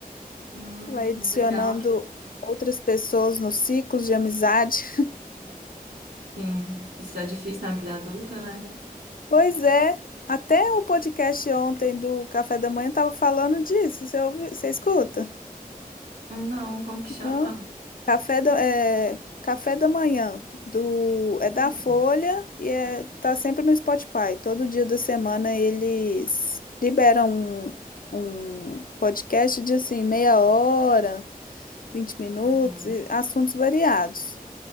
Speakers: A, on the right; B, on the left.
A: Hum,
B: Vai adicionando
A: legal que
B: outras pessoas no ciclo de amizade.
A: sim. Isso é difícil na vida adulta, né?
B: Pois é, até o podcast ontem do Café da Manhã tava falando disso. Você ouve, você escuta?
A: Hum, Não, como que chama?
B: Não. Café da, é, café da manhã do é da
A: Hum,
B: Folha e é, tá sempre no Spotify. Todo dia da semana eles liberam um, um podcast de assim meia hora, vinte minutos,
A: uhum.
B: e assuntos variados.